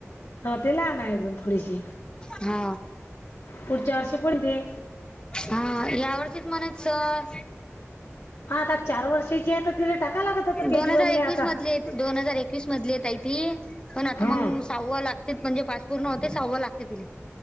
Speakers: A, on the left; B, on the left.
A: ते लहान अजून थोडीशी
B: हा
A: पुढच्या वर्षी पण ते
B: हा या वर्षीच म्हनात सर
A: हा आता चार वर्षाची आहे तर तिला टाका लागत होतं के
B: दोन
A: जी
B: हजार
A: वनले
B: एकवीस
A: आता
B: मधले दोन हजार एकवीस मधले येत ती पण आता
A: हा.
B: मग सहावा लागते म्हणजे पास पूर्ण होते सहावा लागते तिला